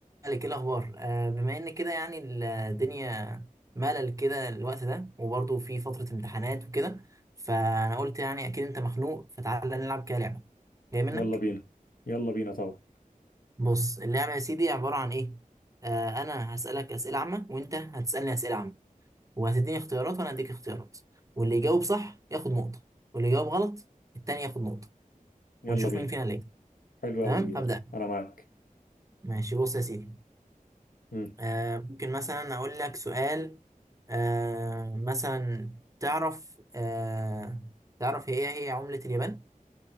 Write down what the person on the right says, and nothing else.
مالك ايه الاخبار آه بما ان كده يعني الدنيا ملل كده الوقت ده وبرضه في فترة امتحانات وكده فانا قلت يعني اكيد انت مخنوق فتعالى نلعب كده لعبة جاي منك
بص اللعبة يا سيدي عبارة عن ايه آه انا هسألك اسئلة عامة وانت هتسألني اسئلة عامة وهتديني اختيارات وانا هديك اختيارات واللي يجاوب صح ياخد نقطة واللي يجاوب غلط التاني ياخد نقطة
ونشوف
مين فينا اللي يكسب
تمام
هبدأ
ماشي بص يا سيدي
آه، ممكن مثلا أقول لك سؤال آه، مثلا تعرف آه، تعرف هي هي عملة اليابان؟